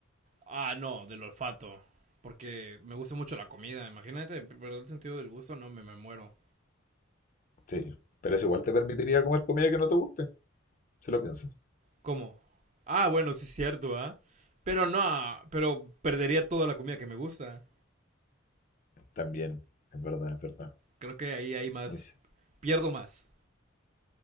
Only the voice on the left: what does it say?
Sí, pero eso igual te permitiría comer comida que no te guste, si lo piensas.
También, es verdad, es verdad.
Muy,